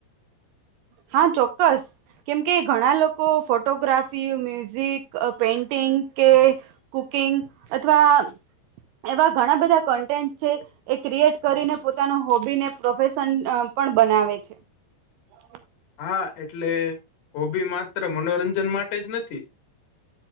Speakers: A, on the right; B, on the left.
A: હા ચોક્કસ કેમકે ઘણા લોકો ફોટોગ્રાફી, મ્યુઝિક, પેઇન્ટિંગ કે કુકિંગ અથવા એવા ઘણા બધા કન્ટેન્ટ છે. એ ક્રિએટ કરીને પોતાનું હોબી ને પ્રોફેશન પણ બનાવે છે. <inaudible>
B: હા. એટલે હોબી માત્ર મનોરંજન માટે જ નથી.